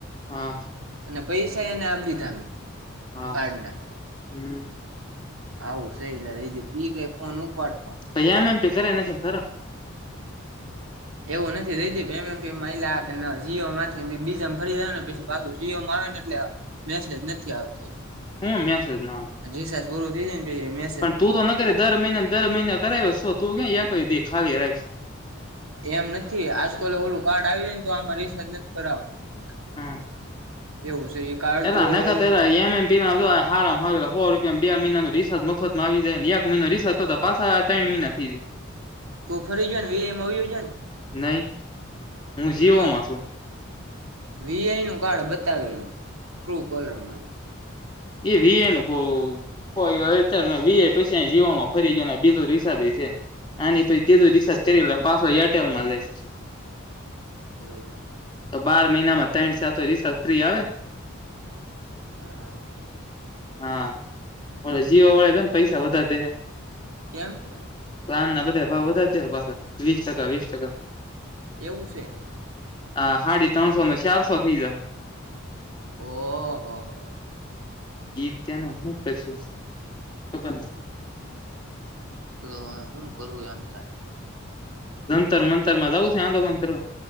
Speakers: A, on the left; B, on the right.
A: હમ
B: અને પૈસા એને આપ દીધા મે
A: હા
B: કાર્ડના
A: હમ.
B: આવું સઈ એ ક ફોન ઉપાડ
A: પૈ એમ એમ પે કર એના ખ કર
B: એવું નથી થઈ પેમે પ એ જીઓ માંથી બીજામાં ફરી જાય ને પછી પાછું જીઓમાં આવે ને એટલે મેસેજ નથી આવતો એ
A: હમ મે સ જ ના
B: જી સાસ પૂર દી જ ને પસી મેસ
A: પણ તો ન દર મહિના દર મહિના કરાવ શ તું ક ખાલી રાખ
B: એમ નથી આજકાલે ઓલું કાર્ડ આવી જાયને તો આમાં રિસાર્જ નથી કરવાનુંરે
A: હા.
B: એવું છે.
A: એ
B: તો
A: અને
B: ઓલો
A: ક
B: હોય
A: એમ એમ આમો રપિયા બે મહિનાનો રિસજ મફતમાં આવી જાય ને એક મહિનોસાર્જ કર પાછ ત્રણ મહિના થથી જાય. <inaudible>
B: તું ફરી જાને વમ આવજને
A: નહી
B: હું
A: જીવોમાં
B: નહી
A: છું
B: વી આઈ નું કાર્ડ બતાવે લ ટ્રુ કોલરમાં.
A: એવી એનું કોહ અત્યારે વી પછી જીવામાં ફરી ગ બીજો દિસાથી છે. અને તો તેજું રિસર્જ કરરી પાસ હો એરટેલમાં જ લાઈસ.
B: <inaudible>
A: તો બાર મહિનામાં ત્રણ તો રિસ ફ્રી આવે.
B: હ હા.
A: હા. જીવા વાળા તોને પૈસા વધા દે હે.
B: કેમ?
A: તો આમના બધા ભાવ વધારે દે, પાછા વીસ ટકા વીસ ટકા.
B: એવું છે?
A: હા, હાડી ત્રણસો નને ચારસો થઈ જ.
B: ઓહો!
A: ઈ ત્યાના હ કરશ ખબર ની
B: તો હું કરું એમ થાય.
A: જંતર મંતરમાં જવું છે? આંદોલન કરવા